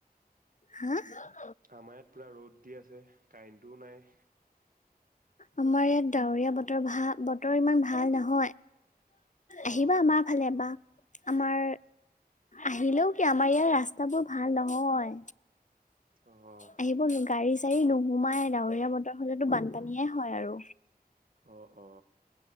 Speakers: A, on the left (about 50°); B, on the right (about 60°).
A: হা
B: আমাৰ ইয়াত পুৰা ৰ'দ দি আছে কাৰেণ্টোও নাই।
A: আমাৰ ইয়াত ডাৱৰীয়া বতৰ ভাল বতৰ ইমান ভাল নহয়। আহিবা
B: অ',
A: আমাৰ ফালে বা আমাৰ আহিলেও কি আমাৰ ইয়াৰ ৰাস্তাবোৰ ভাল নহয়।
B: অ'।
A: আহিব গাড়ী চাড়ী নোসোমাই ডাৱৰীয়া বতৰ হাৰ হলেতো বানপানীয়ে হয় আৰু।
B: অ-অ।